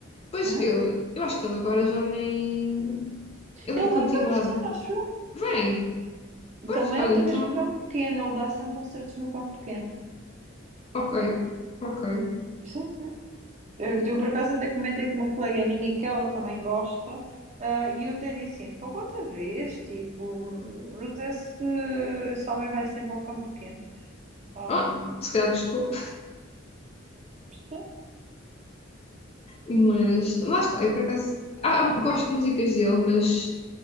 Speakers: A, on the left; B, on the right.
A: Pois
B: não?
A: ele, eu acho que ele agora já nem. Ele
B: é? Ele
A: é continuado.
B: vem cá este ano, acho
A: Vem, pois,
B: Também
A: olha,
B: outra
A: então.
B: vez no campo pequeno, ele dá sempre concertos no campo pequeno.
A: Ok, ok.
B: Sim, sim. Eu, eu, por acaso até comentei com uma colega minha que ela também gosta, ah, e eu até disse assim, fogo outra vez, tipo, mas esse, esse homem vai sempre ao campo pequeno. Ah,
A: Ah, se calhar gostou,
B: sim.
A: mas lá está, eu por acaso ah, ah, gosto de músicas dele, mas